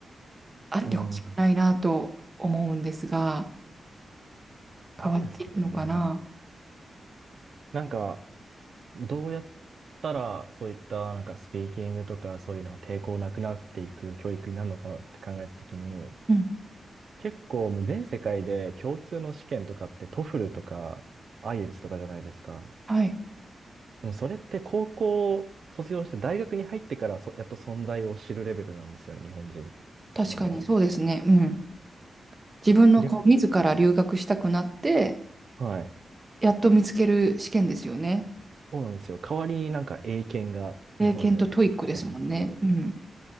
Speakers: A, on the right; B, on the right.
A: あってほしくないなと思うんですが、
B: うん、なんですかね。
A: 変わっていくのかな。
B: なんか、どうやったらそういったなんかスピーキングとかそういうのが抵抗なくなっていく教育になるのかなって考えたときに、
A: うん。
B: 結構もう全世界で共通の試験とかってトフルとか i イエル s とかじゃないですか。
A: はい。
B: でもそれって高校を卒業して大学に入ってからそやっと存在を知るレベルなんですよね、日本人
A: 確かにそうですね。
B: の皆さん。
A: うん。自分のこう自ら留学したくなって、
B: 逆に、はい。
A: やっと見つける試験ですよね。
B: そうなんですよ。代わりになんか英検が日本では出てきてますけど。
A: 英検とトイックですもんね。うん。